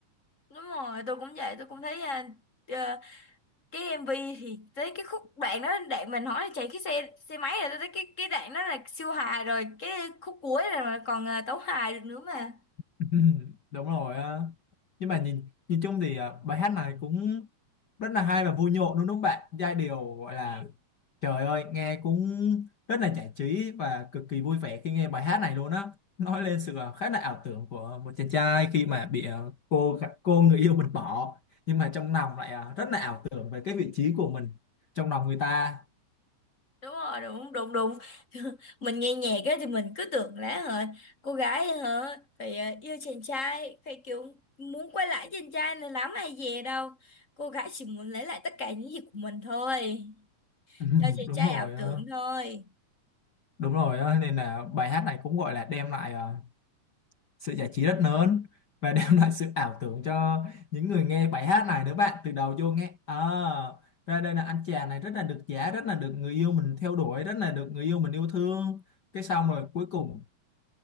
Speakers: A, on the left (about 25°); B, on the left (about 85°).
A: đúng rồi tôi cũng vậy tôi cũng thấy ờ, ờ, cái MV thì tới cái khúc đoạn đó đoạn mình hỏi là chạy cái xe xe máy rồi tôi thấy cái cái đoạn đó là siêu hài rồi cái khúc cuối rồi mà còn ờ, tấu hài được nữa mà
B: <laughs> đúng rồi á nhưng mà nhìn nhìn chung thì à, bài hát này cũng rất là hay và vui nhộn đúng không bạn giai điệu gọi là trời ơi nghe cũng rất là giải trí và cực kỳ vui vẻ khi nghe bài hát này luôn á nói lên sự à, khá là ảo tưởng của một chàng trai khi mà bị à, cô gặp cô người yêu mình bỏ nhưng mà trong lòng lại à, rất là ảo tưởng về cái vị trí của mình trong lòng người ta
A: đúng rồi đúng đúng đúng <laughs> mình nghe nhạc á thì mình cứ tưởng là hả cô gái hả phải ờ, yêu chàng trai phải kiểu muốn quay lại chàng trai này lắm hay gì đâu cô gái chỉ muốn lấy lại tất cả những gì của mình thôi
B: <laughs>
A: do chàng
B: đúng
A: trai
B: rồi
A: ảo
B: á.
A: tưởng thôi
B: đúng rồi á. nên là bài hát này cũng gọi là đem lại à, sự giải trí rất lớn và <laughs> đem lại sự ảo tưởng cho những người nghe bài hát này nữa bạn từ đầu vô nghe à, ra đây là anh chàng này rất là được giá rất là được người yêu mình theo đuổi rất là được người yêu mình yêu thương cái xong rồi cuối cùng